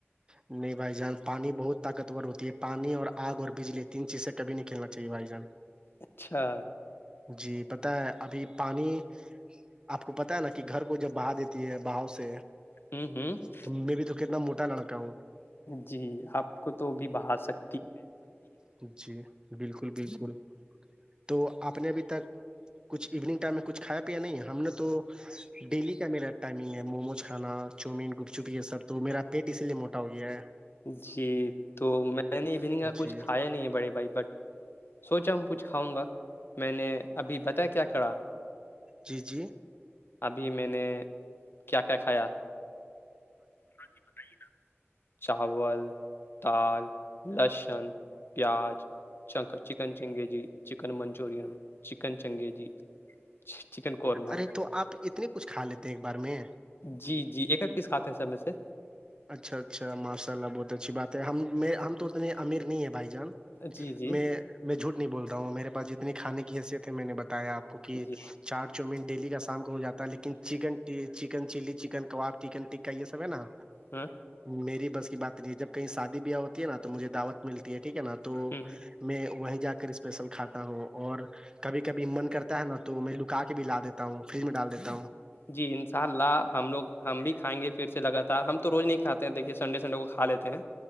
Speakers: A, on the right; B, on the left.
A: نہیں بھائی جان پانی بہت طاقتور ہوتی ہے پانی اور آگ اور بجلی تین چیز سے کب نہیں کھیلنا چاہیے بھائی جان
B: اچھا
A: جی پتا ہے ابھی پانی آپ کو پتا ہے نا کہ گھر کو جب بہا دیتے ہے باؤ سے
B: ہوں ہوں
A: تو میں بھی تو کتنا موٹا لڑکا ہوں
B: جی آپ کو تو بھی بہا سک
A: ج جی بالکل بالکل تو آپ نے ابھی تک کچھ ایوننگ ٹائم میں کچھ کھایا نہیں ہم نے تو ڈیلی کا میرا ٹائمنگ ہے مومو کچھانا چاؤومین گپ چپی یہ سب تو میرا پیٹ اسی لیے موٹا ہو گیا ہے
B: جی تو میں نے ایننگ کا کچھ
A: جی
B: کھایا نہیں ہے بڑے بھائی بٹ سوچا ہوں کچھ کاں گا میں نے ابھی بتا کیا کرا
A: جی جی
B: ابھی میں نے کیا کیا کھایا ہاں جی بتائیے نا چاول دال لہسن پیاز چک chicken changezi chicken Manchurian chicken changezi ھا چکن قورما
A: ارے تو آپ اتنے کچھ کھا لیتے ہیں ایک بار میں
B: جی جی ایک ایک پیس کھاتے ہیں سر میں سے
A: اچھا اچھا ماشاء اللہ بہت اچھی بات ہے ہم ہم تو اتنے امیر نہیں ہے بھائی جان
B: جی جی
A: میں میں جھوٹ نہیں بول رہ ہوں میرے پاس جتنی کھانے کی حیثیت ہے میں نے بتایا آپ کو کہ
B: جی
A: چاٹ چوومٹ ڈیلی کا شام کا ہو جاتا ہے لیکن chicken chicken chilli chicken kebab chicken tikka یہ سب ہے نا
B: ہوں
A: میری بس کی بات نہیں جب کہیں شادی بیاہ ہوتی ہے نا تو مجھے دعوت ملتی ہے ٹھیک ہے نا تو
B: ہ ہ
A: میں وہیں جا کر اسپیشل کھاتا ہوں اور کبھی کبھی من کرتا ہے نا تو میں لکا کے بھی لا دیتا تا ہوں فریج میں ڈال دیتا ہوں
B: جی انشاء اللہ ہم لوگ ہم بھی کھائیں گے پھر سے لگاتار ہم تو روز نہیں کھاتے ہیں دیکھیے سنڈے سنڈے کو کا لیتے ہیں